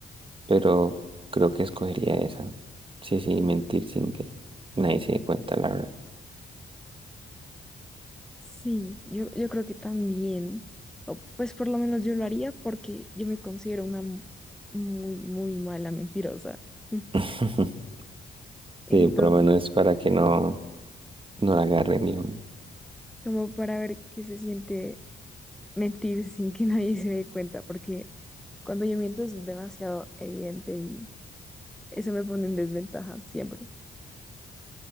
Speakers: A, on the right; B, in the centre.
A: pero creo que escogería esa. Sí, sí, mentir sin que nadie se dé cuenta, la verdad.
B: Sí, yo, yo creo que también. O, pues por lo menos yo lo haría porque yo me considero una mu- muy, muy mala mentirosa. <laughs>
A: <laughs>
B: Entonces,
A: Sí, por lo menos para que no, no la agarren, dijo.
B: como para ver qué se siente mentir sin que <laughs> nadie se dé cuenta, porque cuando yo miento es demasiado evidente y eso me pone en desventaja siempre.